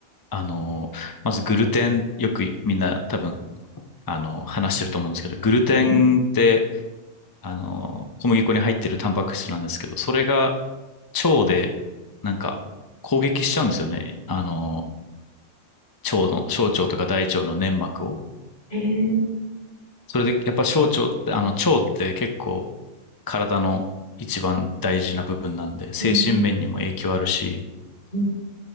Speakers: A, on the left (about 25°); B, on the left (about 55°).
A: あの、まずグルテン、よくみんな多分、あの、話してると思うんですけど、グルテンって、
B: はい。
A: あの、小麦粉に入ってるタンパク質なんですけど、それが腸で、なんか、攻撃しちゃうんですよね。あの、腸の、小腸とか大腸の粘膜を。
B: へえ、
A: それで、やっぱ小腸って、あの、腸って結構体の一番大事な部分なんで、精神面にも影響あるし、
B: ね、はい、うん